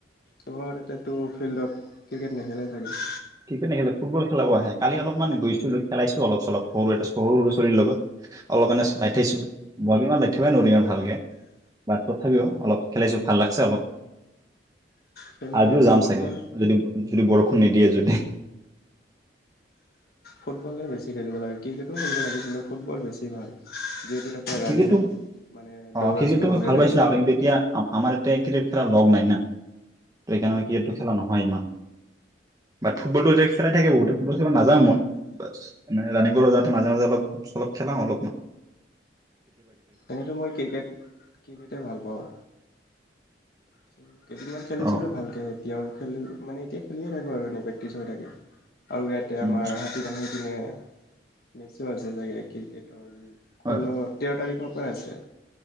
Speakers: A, on the left; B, on the right.
A: তোমালোকত তাতে তো ফিল্ডত ক্ৰিকেট নেখেলে চাগে
B: ক্ৰিকেট নেখেলে ফুটবল খেলাব আহে। কালি অলপমান গৈছো খেলাইছো অলপ চলপ সৰু এটা সৰু সৰু লৰা ছোৱালীৰ লগত অলপ মানে চলাই থাইছো বল ইমান লাই থিবই নোৱাৰি ইমান ভালকে তথাপিও অলপ খেলাইছো ভাল লাগছে অলপ
A: খেলিব
B: আজিও
A: লাগে
B: যাম
A: ফুটবল
B: চাগে যদি যদি বৰষুণ বৰষুণ নিদিয়ে যদি
A: ফুটবলে বেছি খেলিব লাগে ক্ৰিকেটো খেলিব লাগে কিন্তু ফুটবল বেছি ভাল তাতে
B: ক্ৰিকেটটো
A: ৰানিং
B: অ'
A: মানে দৌৰা
B: ক্ৰিকেটটো
A: চৌৰা
B: আমি
A: হৈয়ে
B: ভাল
A: থাকে
B: পাইছিলা আৰু কিন্তু এতিয়া আমাৰ ইতিয়া ক্ৰিকেট খেলাৰ লগ নাই ন ত সেইকাৰণে মানে ক্ৰিকেটটো খেলা নহয় ইমান বা ফুটবলটো এতিয়া খেলাই থাকে বহুতে ফুটবল খেলিব নাযাঁ‌ও মই। বা ৰানিং কৰিব যাওঁতে মাজে মাজে অলপ চলপ খেলাওঁ অলপমান।
A: এনেতো মই ক্ৰিকেট ক্ৰিকেটেই ভাল পাওঁ। চ <inaudible> কেইদিনমান খেলিছিলোঁ
B: অ',
A: ভালকৈ এতিয়াও খেলো মানে এতিয়া খেলিয়ে থাকো আৰু এনেই প্ৰেক্টিচ হৈ থাকে আৰু ইয়াতে
B: উম,
A: আমাৰ হাতী দাঙী নে মেচো আছে চাগে ক্ৰিকেটৰ
B: হয়।
A: ষোল্ল তেৰ তাৰিখৰ পৰা আছে